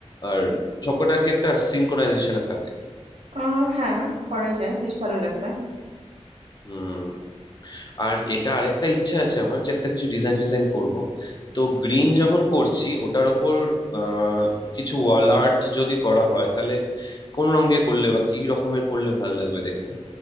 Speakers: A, on the left; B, on the right.
A: আর সবকটা আর কি একটা সিনক্রোনাইজেশনে থাকে
B: আহ হ্যাঁ করাই যায় বেশ ভালো লাগবে
A: হুম আর এটা আরেকটা ইচ্ছে আছে আমার যে একটা কিছু ডিজাইন ডিজাইন করব তো গ্রিন যখন করছি ওটার ওপর আহ, কিছু ওয়াল আর্ট যদি করা হয় তাহলে কোন রং দিয়ে করলে বা কি রকমের করলে ভাল লাগবে দেখতে